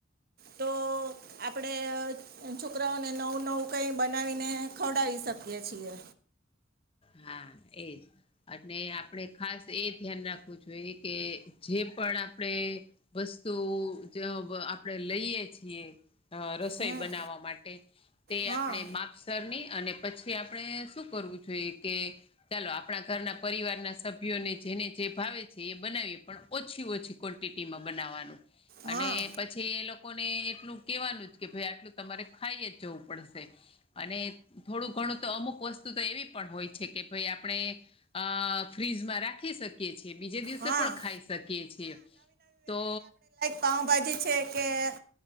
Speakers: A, on the right; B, on the left.
A: તો આપડે. એ છોકરાઓને નવું નવું કઈ બનાવીને ખવડાવી શકીએ છીએ.
B: હા એજ. અને આપણે ખાસ એ ધ્યાન રાખવું જોઈએ કે જે પણ આપણે. વસ્તુજે આપણેે લઈએ છીએ. અ રસોઈ
A: હમ
B: બનાવવા માટે તે
A: હા
B: આપણે માપસરની અને પછી આપણે શું. કરવું જોઈએ કે. ચાલો આપણા ઘરના પરિવારના સભ્યોને જેને જે ભાવે છે એ બનાવીએ પણ ઓછી ઓછી. ક્વન્ટિટીમાં બનાવાનું
A: હા
B: અને પી. પછી એ લોકોને એટલું કેવાનુંજ, કે ભાઈ આટલું તમારે ખાઈએજ જવું પડશે. અને થોડું ઘણું તો અમુક વસ્ત તુ તો એવી પણ હોય છે, કે ભઇ આપણે અ ફ્રીજમાં રાખી શક યે છે, બીજે દિવસે
A: હા
B: પણ ખાઈ શકીએ છીએ, તો
A: પાઉભાજી છે, કે